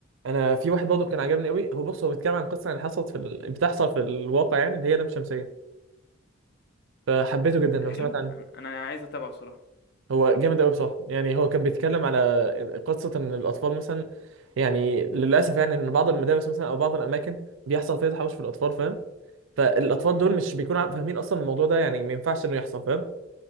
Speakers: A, on the right (about 70°); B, on the left (about 50°).
A: انا في واحد برضه كان عجبني قوي هو بص هو بيتكلم عن قصه اللي حصلت في ال... بتحصل في الواقع يعني اللي هي لام شمسيه فحبيته جدا لو
B: ده حلو
A: سمعت عنه
B: انا أنا عايز اتابعه الصراحه
A: هو جامد قوي بصراحه يعني هو كان بيتكلم على قصه ان الاطفال مثلا يعني للاسف يعني ان بعض المدارس مثلا او بعض الاماكن بيحصل فيها تحرش في الاطفال فاهم فالاطفال
B: مم.
A: دول مش بيكونوا عا- فاهمين اصلا الموضوع ده يعني ما ينفعش انه يحصل فاهم